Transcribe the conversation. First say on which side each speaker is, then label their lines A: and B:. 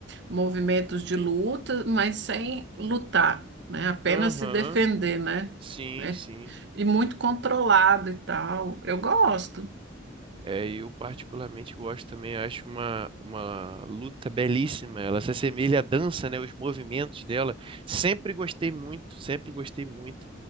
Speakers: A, on the right; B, on the right.
A: movimentos de luta, mas sem lutar, né? Apenas
B: Aham.
A: se defender, né?
B: Sim,
A: É-
B: sim.
A: E muito controlado e tal. Eu gosto.
B: É, eu particularmente gosto também, acho uma, uma luta belíssima. Ela se assemelha à dança, né? Os movimentos dela. Sempre gostei muito, sempre gostei muito.